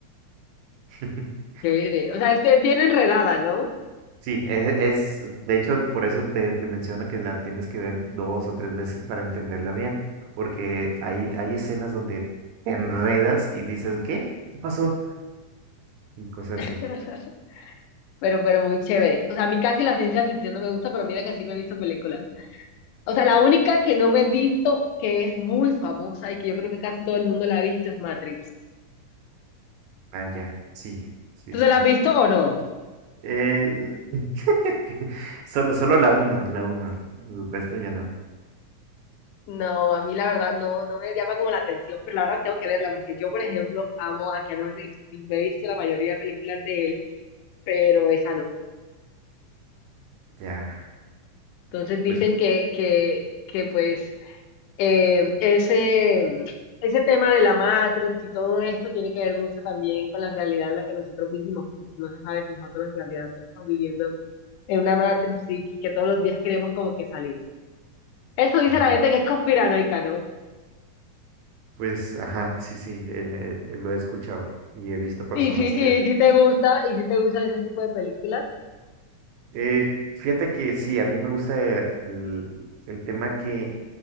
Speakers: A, on the right (about 75°); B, on the left (about 80°).
A: <laughs>
B: chévere. O sea, es que es bien enredada, ¿no?
A: Sí, es, es- de hecho, por eso te, te menciono que la tienes que ver dos o tres veces para entenderla bien, porque hay, hay escenas donde te enredas y dices, ¿qué? ¿Qué pasó? Y cosas
B: <laughs>
A: así.
B: Pero, pero muy chévere. O sea, a mí casi la ciencia ficción no me gusta, pero mira que sí me he visto películas. O sea, la única que no me he visto, que es muy famosa y que yo creo que casi todo el mundo la ha visto, es Matrix.
A: Ah, ya, sí, sí,
B: ¿Tú
A: sí.
B: te la has visto o no?
A: El- <laughs> que- Solo, solo la uno, la uno, el resto ya no.
B: No, a mí la verdad no, no me llama como la atención, pero la verdad tengo que verla porque yo, por ejemplo, amo a Keanu Reeves. Me he visto la mayoría de películas de él, pero esa no.
A: Ya,
B: Entonces dicen
A: pues,
B: que, que, que pues eh, ese, ese tema de la Matrix y todo esto tiene que ver mucho también con la realidad en la que nosotros vivimos, porque no se sabe si nosotros en realidad estamos viviendo en una Matrix y, y que todos los días queremos como que salir. Eso dice
A: ajá,
B: la gente que es conspiranoica, ¿no?
A: pues, ajá, sí, sí, eh, eh, lo he escuchado y he visto personas
B: Y si, y
A: que...
B: si te gusta, y si te gustan ese tipo de películas,
A: Eh, fíjate que sí, a mí me gusta el el tema que